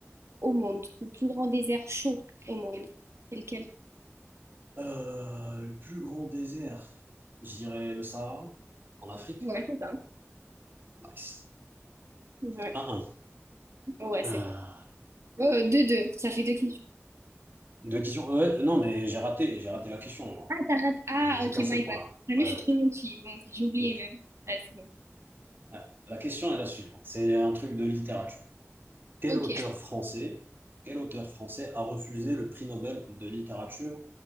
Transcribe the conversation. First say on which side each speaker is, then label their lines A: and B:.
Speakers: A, on the right; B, on the right.
A: au monde? Le plus grand désert chaud au monde? C'est lequel?
B: Euh, le plus grand désert, je dirais le Sahara, en Afrique.
A: Ouais, c'est ça.
B: Nice.
A: Ouais,
B: Un un.
A: ouais,
B: Euh,
A: c'est bon. Euh, deux, deux. Ça fait deux questions.
B: deux questions. Euh, Ouais, non, mais j'ai raté. J'ai raté la question. moi.
A: Ah, t'as raté.
B: J'ai
A: Ah,
B: j'ai
A: ok,
B: qu'un seul
A: my
B: point.
A: bad. Ah, mais
B: Ouais,
A: je suis
B: ouais.
A: trop gentille. Bon, j'ai oublié
B: Ok.
A: même. Ouais, c'est bon.
B: Ah, La question est la suivante. C'est un truc de littérature. Quel
A: Ok.
B: auteur français, quel auteur français a refusé le prix Nobel de littérature